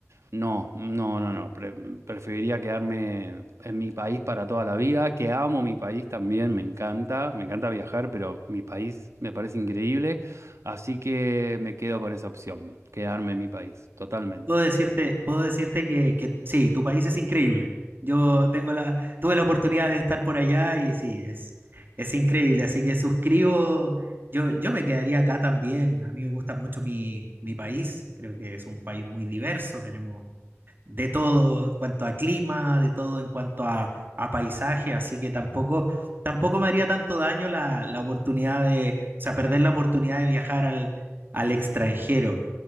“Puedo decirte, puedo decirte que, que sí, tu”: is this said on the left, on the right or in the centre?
Right